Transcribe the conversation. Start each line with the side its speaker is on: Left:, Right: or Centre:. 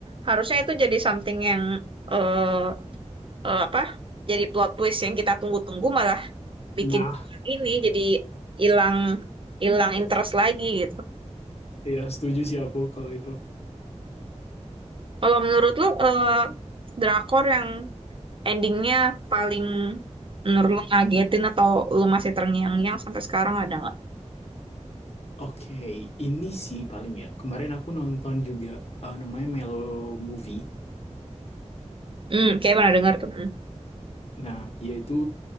Right: harusnya itu jadi something yang eh eh, apa? Jadi plot twist yang kita tunggu-tunggu malah bikin
Left: nah
Right: ini jadi hilang hilang interest lagi gitu.
Left: ya setuju sih aku kalau itu
Right: Kalau menurut lu eh, drakor yang endingnya paling menurut lu ngagetin atau lu masih terngiang-ngiang sampai sekarang ada nggak?
Left: oke ini sih paling ya kemarin aku nonton juga eh, namanya Melo Movie
Right: Hmm, kayak pernah dengar tuh. Hmm.
Left: nah yaitu